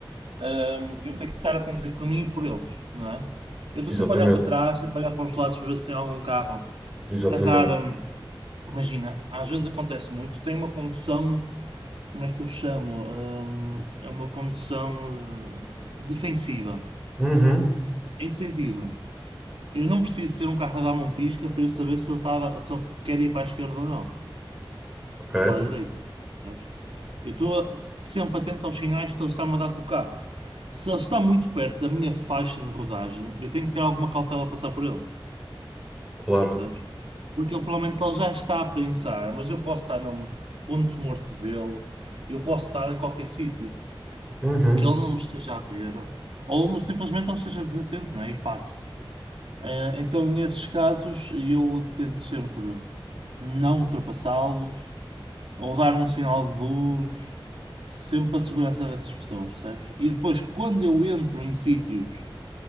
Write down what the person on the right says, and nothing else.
hum, eu tenho que estar a conduzir por mim e por eles, não é? Eu estou
sempre a olhar para trás, sempre a olhar para os lados para ver se tem algum carro
a dar. hum, imagina, às vezes acontece muito, tem uma condução. Como é que eu chamo? Hum, é uma condução eh, defensiva.
Em que sentido? Eu não preciso ter um carro a dar-me um pisca para eu saber se ele, está a- se ele quer ir para a esquerda ou não.
Ou para a direita. sabes? Eu estou sempre atento aos sinais que ele está-me a dar com o carro. Se ele está muito perto da minha faixa de rodagem, eu tenho que ter alguma cautela a passar por ele,
percebes? Porque ele provavelmente ele já está a pensar, mas eu posso estar no ponto morto dele, eu posso estar em qualquer sítio,
que ele não me esteja a ver, ou simplesmente ele esteja desatento, né? E passe. Eh, Então, nesses casos, eu tento sempre não ultrapassá-los, ou dar um sinal de luz, sempre para a segurança dessas pessoas, percebes? E depois, quando eu entro em sítios,